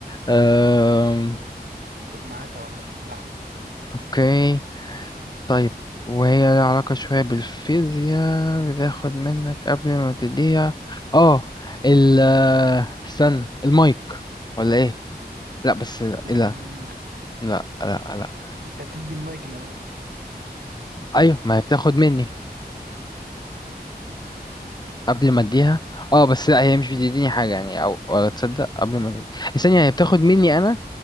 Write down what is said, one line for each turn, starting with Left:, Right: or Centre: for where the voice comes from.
Left: آه
Right: خد معاك أو براحتك
Left: اوكي طيب وهي لها علاقة شوية بالفيزياء بتاخد منك قبل ما تديها اه ال آه، استنى المايك ولا ايه لا بس لا
Right: أه
Left: لا
Right: لا
Left: لا لا, لا.
Right: أنت بتدي المايك الأول
Left: ايوه ما هي بتاخد مني قبل ما اديها اه بس لا هي مش بتديني حاجة يعني او ولا تصدق قبل ما تديني الثانية هي بتاخد مني انا